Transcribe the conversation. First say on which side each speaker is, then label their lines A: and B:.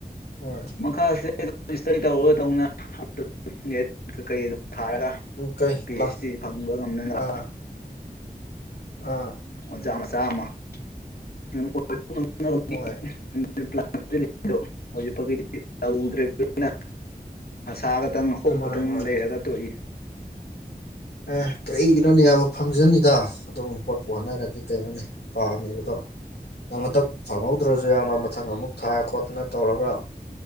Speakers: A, on the left (about 75°); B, on the left (about 65°).
A: ꯍꯣꯏ
B: ꯃꯈꯥꯥꯁꯦ <unintelligible> ꯁ꯭ꯇꯗꯤ ꯇꯧꯔꯔꯣꯏꯗꯧꯅ <unintelligible> ꯑꯗꯨꯝ ꯅꯦꯠ ꯀꯀꯩ ꯑꯗꯨꯝ ꯊꯥꯔꯒ
A: ꯀꯩ
B: ꯄꯤ
A: ꯄ꯭ꯂꯥꯟ
B: ꯑꯩꯆ ꯗꯤ ꯐꯪꯕ ꯉꯝꯅꯅꯕ
A: ꯑꯥ ꯑꯥ
B: ꯑꯣꯖꯥ ꯃꯆꯥꯝꯃ ꯑꯗꯨꯝ ꯑꯣꯏꯕ ꯉꯝꯅꯕ
A: ꯍꯣꯏ
B: <unintelligible> ꯄ꯭ꯂꯥꯟ <unintelligible> ꯍꯧꯖꯤꯛꯐꯧꯒꯤꯗꯤ ꯇꯧꯗ꯭ꯔꯤꯝꯅꯤꯅ ꯑꯁꯥ ꯒꯇꯪ ꯍꯣꯞꯒꯇꯪ
A: ꯃꯥꯅꯦ ꯃꯥꯅꯦ
B: ꯂꯩꯔꯒ ꯇꯣꯛꯏ
A: ꯑꯦ ꯀꯩꯒꯤꯅꯣꯅꯦ ꯐꯪꯖꯅꯤꯗ ꯑꯗꯨꯝ ꯍꯣꯠꯄ ꯍꯣꯠꯅꯔꯗꯤ ꯀꯩꯅꯣꯅꯦ ꯄꯥꯝꯃꯤꯕꯗꯣ ꯅꯪ ꯍꯟꯇꯛ ꯐꯪꯍꯧꯗ꯭ꯔꯖꯨꯌꯥꯝꯕ ꯃꯊꯪ ꯑꯃꯨꯛ ꯊꯥ ꯈꯣꯠꯗꯅ ꯇꯧꯔꯒ